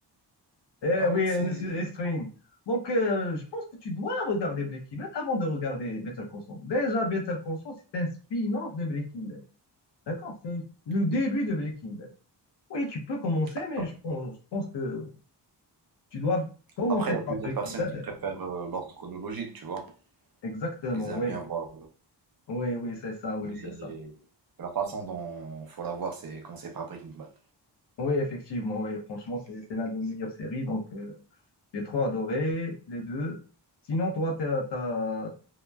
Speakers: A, on the left; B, on the right.
A: Eh
B: ah
A: oui,
B: oui, c'est.
A: euh, monsieur Estring. Donc, euh, je pense que tu dois regarder Breaking Bad avant de regarder Better Call Saul. Déjà, Better Call Saul, c'est un spin-off de Breaking Bad. D'accord? C'est le début
B: oui.
A: de Breaking Bad. Oui, tu peux commencer,
B: Ap-
A: mais je pense, je pense que tu dois commencer
B: Après, il y a
A: par
B: plusieurs
A: Breaking
B: personnes
A: Bad.
B: qui préfèrent euh, l'ordre chronologique, tu vois.
A: Exactement,
B: Ils aiment
A: oui.
B: bien voir. euh,
A: Oui, oui, c'est ça, oui,
B: Mais
A: c'est ça.
B: la façon dont faut la voir, c'est commencer par Breaking Bad.
A: Oui, effectivement, oui. Franchement, c'est c'est l'un des meilleures séries. Donc, euh, J'ai trop adoré les deux. Sinon, toi, tu as,